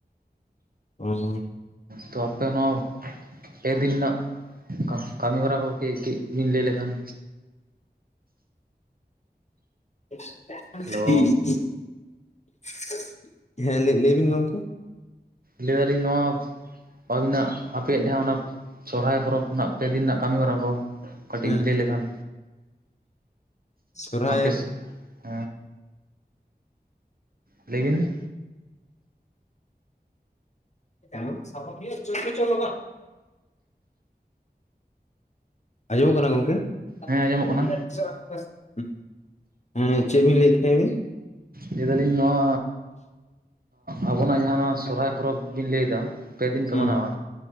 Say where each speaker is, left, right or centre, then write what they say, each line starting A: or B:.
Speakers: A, on the left; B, on the right.
A: ᱚ
B: ᱛᱚ ᱟᱯᱮ ᱱᱚᱣᱟ ᱯᱮ ᱫᱤᱱ ᱨᱮᱱᱟᱜ ᱠᱟ-ᱠᱟᱹᱢᱤ ᱦᱚᱨᱟ ᱠᱚ ᱠᱟᱹᱡ ᱠᱟᱹᱡ ᱵᱤᱱ ᱞᱟᱹᱭ ᱞᱮᱠᱷᱟᱱ?
A: <unintelligible>
B: ᱦᱮᱞᱳ
A: ᱦᱮᱸ ᱞᱟᱹᱻ ᱞᱟᱹᱭ ᱵᱤᱱ ᱜᱚᱝᱠᱮ
B: ᱞᱟᱹᱭ ᱫᱟᱞᱤᱧ ᱱᱚᱣᱟ ᱟᱹᱵᱤᱱᱟᱜ ᱟᱯᱮᱭᱟᱜ ᱡᱟᱦᱟᱸ ᱚᱱᱟ ᱥᱚᱨᱦᱟᱭ ᱯᱚᱨᱚᱵᱽ ᱨᱮᱱᱟᱜ ᱯᱮ ᱫᱤᱱ ᱨᱮᱱᱟᱜ ᱠᱟᱹᱢᱤ ᱦᱚᱨᱟ ᱠᱚ ᱠᱟᱹᱴᱤᱡ
A: ᱦᱮᱸ
B: ᱵᱤᱱ ᱞᱟᱹᱭ ᱞᱮᱠᱷᱟᱱ
A: ᱥᱚᱨᱦᱟᱭ
B: ᱟᱯᱮ ᱥᱮᱫ <unintelligible> ᱞᱟᱹᱭ ᱵᱤᱱ᱾
A: <unintelligible> ᱟᱸᱡᱚᱢᱚᱜ ᱠᱟᱱᱟ ᱜᱚᱝᱠᱮ᱾
B: ᱦᱮᱸ ᱟᱸᱡᱚᱢᱚᱜ
A: <unintelligible>
B: ᱠᱟᱱᱟ
A: ᱦᱮᱸ ᱪᱮᱫ ᱵᱤᱱ ᱞᱟᱹᱭᱮᱫ ᱛᱟᱦᱮᱸ ᱵᱤᱱ᱾
B: ᱞᱟᱹᱭ ᱫᱟᱞᱤᱧ ᱱᱚᱣᱟ ᱟᱻᱟᱵᱚᱱᱟᱜ ᱡᱟᱦᱟᱸ ᱱᱚᱣᱟ ᱥᱚᱨᱦᱟᱭ ᱯᱚᱨᱚᱵᱽ ᱵᱤᱱ ᱞᱟᱹᱭᱫᱟ᱾ ᱯᱮ ᱫᱤᱱ ᱯᱮ
A: ᱦᱩᱸ
B: ᱢᱟᱱᱟᱣᱼᱟ᱾